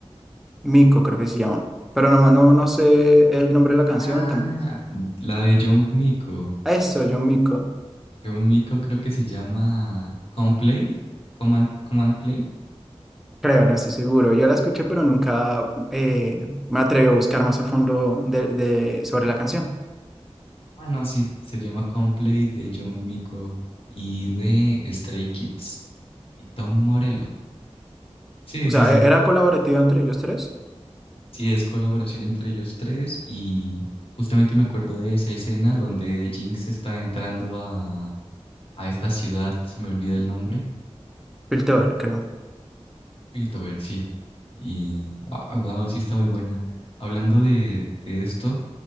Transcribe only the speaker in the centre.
Mico, creo que se llama. Pero no, no, no sé el nombre de la canción
tampoco.
Eso, John Mico.
Creo, no estoy seguro. Yo la escuché, pero nunca eh, me atreví a buscar más a fondo de, de- sobre la canción.
O
sea,
e- era colaborativa entre ellos tres.
Piltover, creo.